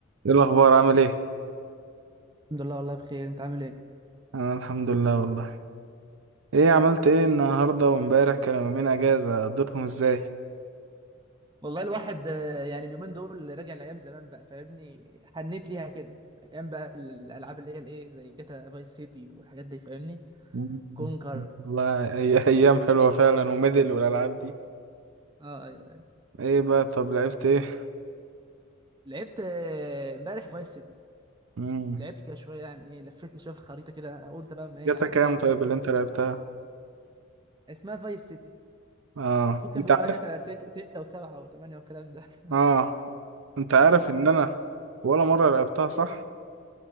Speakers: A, on the right; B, on the right.
A: ايه الاخبار عامل ايه
B: الحمد لله والله بخير انت عامل ايه
A: انا الحمد لله والله ايه عملت ايه النهارده وامبارح كانوا يومين اجازه قضيتهم ازاي
B: والله الواحد آه، يعني اليومين دول راجع لايام زمان بقى فاهمني حنيت ليها كده ايام بقى الالعاب اللي هي الايه زي جاتا فايس سيتي والحاجات دي فاهمني
A: <laughs> مم.
B: كونكر
A: والله اي ايام حلوه فعلا وميدل والالعاب دي
B: اه اه، ايوه ايوه
A: ايه بقى طب لعبت ايه
B: لعبت آه، امبارح فايس سيتي
A: امم
B: لعبت كده شويه يعني ايه لفيت لي شويه في الخريطه كده قلت بقى ما ايه
A: جاتا
B: اعدي
A: كام
B: كده على
A: طيب
B: الديسكو
A: اللي انت لعبتها
B: اسمها فايس سيتي
A: اه
B: المفروض كان
A: انت
B: بيقولوا
A: عارف
B: عليها جاتا سك- ستة وسبعة وثمانية والكلام ده <laughs>
A: اه انت عارف
B: اه
A: ان انا ولا مره لعبتها صح